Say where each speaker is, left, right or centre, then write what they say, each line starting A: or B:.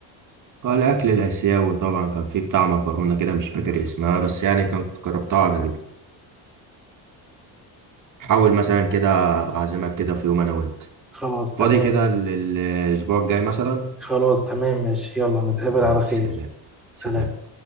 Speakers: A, on the right (about 45°); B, in the centre.
A: اه الأكل الآسيوي طبعا كان فيه بتاع مكرونة كده مش فاكر اسمها بس يعني كنت جربتها على حاول مثلا كده أبقى أعزمك كده في يوم أنا وأنت
B: خلاص
A: فاضي
B: تمام
A: كده ال- ال- الأسبوع الجاي مثلا
B: خلاص تمام ماشي يلا نتقابل
A: ماشي
B: على خير
A: سلام
B: سلام
A: سلام